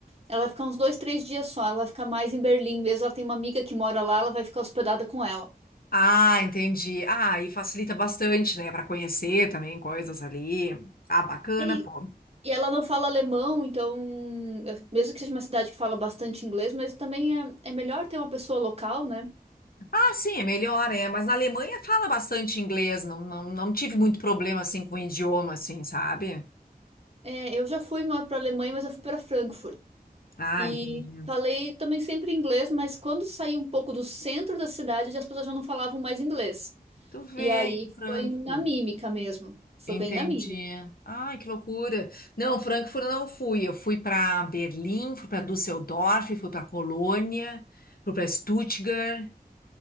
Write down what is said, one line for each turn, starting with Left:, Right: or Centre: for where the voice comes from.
Right: Ela vai ficar uns dois, três dias só. Ela vai ficar mais em Berlim mesmo. Ela tem uma amiga que mora lá, ela vai ficar hospedada com ela.
Left: Ah, entendi. Ah, aí facilita bastante, né, para conhecer também coisas ali. Ah, bacana,
Right: E,
Left: pô.
Right: e ela não fala alemão, então, eu- mesmo que seja uma cidade que fala bastante inglês, mas também é, é melhor ter uma pessoa local, né?
Left: Ah, sim, é melhor, é. Mas na Alemanha fala bastante inglês, não, não, não tive muito problema assim com o idioma, assim, sabe?
Right: É, eu já fui para a Alemanha, mas eu fui para Frankfurt.
Left: Ah,
Right: E
Left: entendi.
Right: falei também sempre inglês, mas quando saí um pouco do centro da cidade, as pessoas já não falavam mais inglês.
Left: Tu vem,
Right: E aí
Left: Frankfurt.
Right: foi na mímica mesmo. Foi
Left: Entendi.
Right: bem na mímica.
Left: Ai, que loucura. Não, Frankfurt eu não fui. Eu fui para Berlim, fui para Düsseldorf, fui para Colônia, fui para Stuttgart.